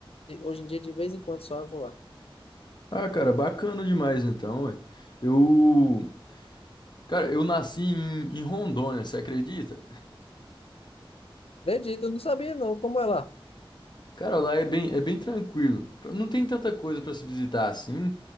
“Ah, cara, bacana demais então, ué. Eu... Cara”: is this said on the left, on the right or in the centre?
Left